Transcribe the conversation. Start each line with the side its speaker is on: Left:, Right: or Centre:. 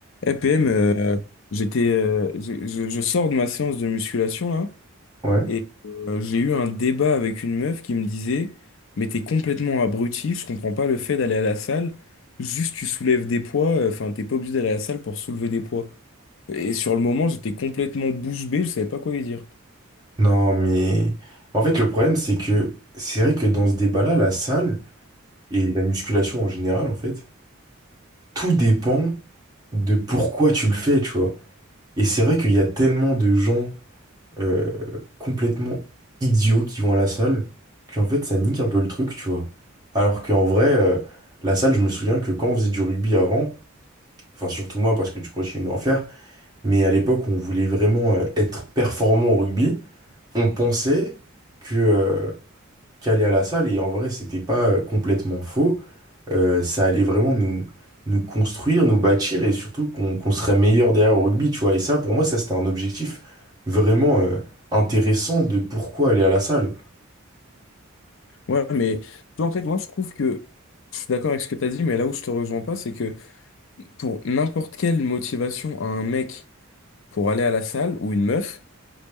Left: EPM, euh, j'étais, euh, je, je- je sors de ma séance de musculation là,
Right: Ouais.
Left: et euh, j'ai eu un débat avec une meuf qui me disait, mais t'es complètement abruti, je comprends pas le fait d'aller à la salle, juste tu soulèves des poids, euh, enfin t'es pas obligé d'aller à la salle pour soulever des poids. Et sur le moment, j'étais complètement bouche bée, je savais pas quoi lui dire.
Right: Non, mais en fait, le problème, c'est que c'est vrai que dans ce débat-là, la salle et la musculation en général, en fait, tout dépend de pourquoi tu le fais, tu vois. Et c'est vrai qu'il y a tellement de gens euh, complètement idiots qui vont à la salle qu'en fait, ça nique un peu le truc, tu vois. Alors qu'en vrai, euh, la salle, je me souviens que quand on faisait du rugby avant, enfin, surtout moi, parce que tu continues d'en faire, mais à l'époque, on voulait vraiment euh, être performant au rugby, on pensait que. euh, qui allait à la salle et en vrai c'était pas euh, complètement faux Euh, ça allait vraiment nous nous construire nous bâtir et surtout qu'on qu'on serait meilleur derrière au rugby tu vois et ça pour moi ça c'était un objectif vraiment euh, intéressant de pourquoi aller à la salle
Left: Ouais, mais tu vois, en fait, moi je trouve que je suis d'accord avec ce que t'as dit, mais là où je te rejoins pas, c'est que pour n'importe quelle motivation à un mec pour aller à la salle ou une meuf.